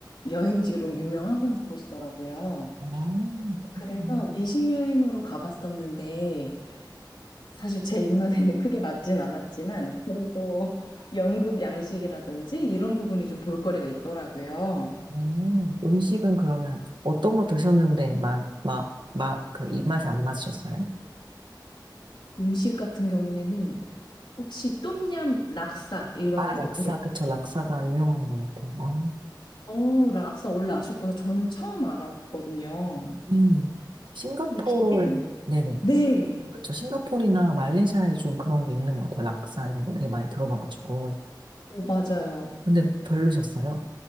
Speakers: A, on the left; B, on the right.
A: 여행지로 유명한 곳이더라고요.
B: 아, 그렇구나.
A: 그래서 미식 여행으로 가봤었는데 사실 제 입맛에는 크게 맞진 않았지만 그래도 <laughs> 영국 양식이라든지 이런 부분이 좀 볼거리가 있더라고요.
B: 음, 음식은 그러면 어떤 거 드셨는데 막, 막, 막, 그 입맛에 안 맞으셨어요?
A: 음식 같은 경우에는 혹시 똠얌 락사 이런
B: 아, 락사,
A: 거 들어보셨어요?
B: 그쵸. 락사가 유명한 거 같아요. 아,
A: 어, 락사 원래 아셨구나. 저는 처음 알았거든요.
B: 음, 싱가포르,
A: 그 기대,
B: 네네.
A: 네.
B: 그쵸. 싱가포르나 말레이시아에 좀 그런 게 있는 것 같아요. 락사 이런 거 되게 많이 들어봐가지고.
A: 어, 맞아요.
B: 근데 별로셨어요.